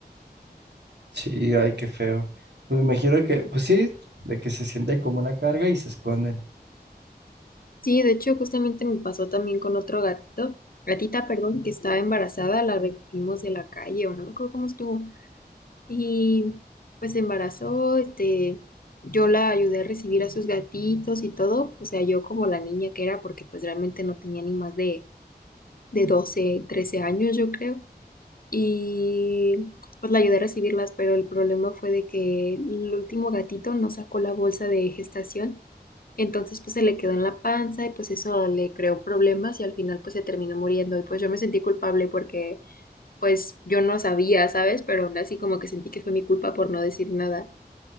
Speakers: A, on the right; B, on the left.
A: Sí, ay, qué feo. Pues me imagino que, pues sí, de que se sienten como una carga y se esconden.
B: Sí, de hecho justamente me pasó también con otro gatito, gatita, perdón, que estaba embarazada, la recogimos de la calle o no me acuerdo cómo estuvo. Y pues se embarazó, este, yo la ayudé a recibir a sus gatitos y todo, o sea, yo como la niña que era, porque pues realmente no tenía ni más de, de 12 13 años, yo creo. y pues la ayudé a recibirlas, pero el problema fue de que el último gatito no sacó la bolsa de gestación, entonces pues se le quedó en la panza y pues eso le creó problemas y al final pues se terminó muriendo y pues yo me sentí culpable porque pues yo no sabía, ¿sabes? Pero aún así como que sentí que fue mi culpa por no decir nada.